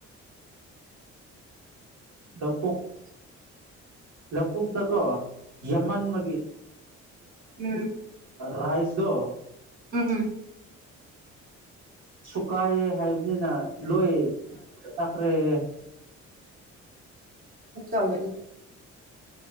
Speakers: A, on the right; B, on the right.
A: ꯂꯄꯨꯛ ꯂꯄꯨꯛꯗꯀꯣ ꯌꯃꯟ ꯃꯒꯤ
B: ꯎꯝ
A: ꯔꯥꯏꯁꯗꯣ
B: ꯎꯝ ꯎꯝ
A: ꯁꯨꯀꯥꯏꯌꯦ ꯍꯥꯏꯕꯅꯤꯅ ꯂꯣꯏ ꯇꯥꯛꯈ꯭ꯔꯛꯦ
B: ꯎꯝ ꯆꯒꯅꯤ